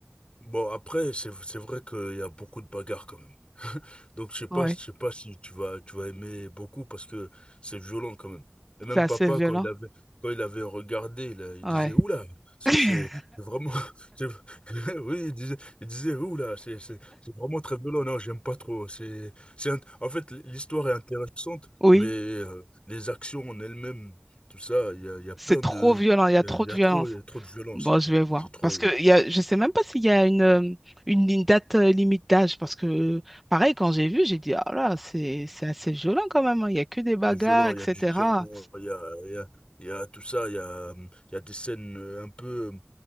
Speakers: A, on the left; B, in the centre.
A: Bon, après, c'est, c'est vrai qu'il y a beaucoup de bagarres quand même. <laughs> Donc, je sais pas,
B: ouais,
A: je sais pas si tu vas, tu vas aimer beaucoup parce que c'est violent quand même. Et même
B: c'est assez
A: papa,
B: violent.
A: quand il avait, quand il avait regardé, il, a- il
B: Ouais.
A: disait, oula, c'est,
B: <coughs>
A: c'est vraiment, <laughs> c'est- <laughs> oui, il disait, il disait, oula, c'est, c'est, c'est vraiment très violent. Non, j'aime pas trop. C'est, c'est, int- en fait, l'histoire est intéressante,
B: Oui,
A: mais euh, les actions en elles-mêmes, tout ça, il y a, il y a plein
B: c'est trop
A: de,
B: violent, il y a
A: il
B: trop
A: y a, il
B: de
A: y a
B: violence.
A: trop, il y a trop de violence.
B: Bon, je vais voir.
A: C'est trop.
B: Parce que il y a, je sais même pas s'il y a une, euh, une, une date euh, limite d'âge. Parce que, pareil, quand j'ai vu, j'ai dit, ah là, c'est, c'est assez violent quand même. hein, Il y a que des bagarres,
A: C'est violent,
B: etc.
A: il y a du sang, il y a, il y a, il y a tout ça, il y a, euh, il y a des scènes euh, un peu, euh,